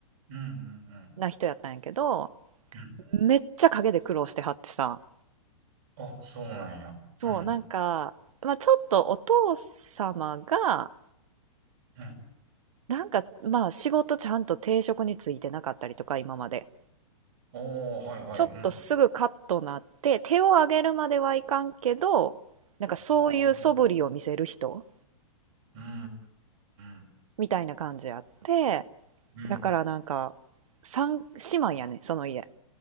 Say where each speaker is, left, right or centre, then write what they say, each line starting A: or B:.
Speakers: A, on the right; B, on the right.
A: うんうん。
B: な人やったんやけど、
A: うん
B: めっちゃ陰で苦労してはってさ、
A: あ、そうなんや。
B: そう、
A: うん
B: なんか、まあちょっとお父様が、
A: うん。
B: なんかまあ仕事ちゃんと定職についてなかったりとか今まで。
A: おー、はいはい。
B: ちょっとすぐカッとなって、
A: うん。
B: 手を上げるまではいかんけど、なんかそういう素振りを見せる人
A: ああ。うんうん
B: みたいな感じあって、
A: うん。
B: だからなんか、
A: うん
B: 三姉妹やね、その家。